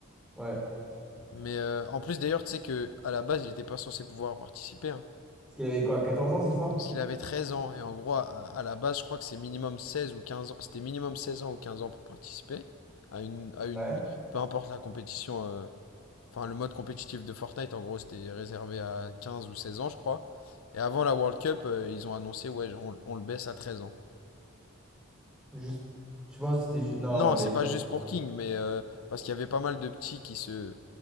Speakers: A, in the centre; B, on the left.
A: Ouais.
B: Mais euh, en plus d'ailleurs, tu sais que à la base, il était pas censé pouvoir participer, hein,
A: Parce qu'il avait quoi, 14 ans, c'est ça?
B: parce qu'il avait 13 ans et en gros, à, à la base, je crois que c'est minimum 16 ou 15 ans, c'était minimum 16 ans ou 15 ans pour participer à une à une
A: Ouais.
B: peu importe la compétition euh, enfin le mode compétitif de Fortnite en gros, c'était réservé à 15 ou 16 ans, je crois. Et avant la World Cup, euh, ils ont annoncé ouais, on, on le baisse à 13 ans.
A: Juste, je pense que c'était... ju- Non,
B: Non,
A: j'allais
B: c'est pas
A: dire...
B: juste pour King, mais euh, parce qu'il y avait pas mal de petits qui se,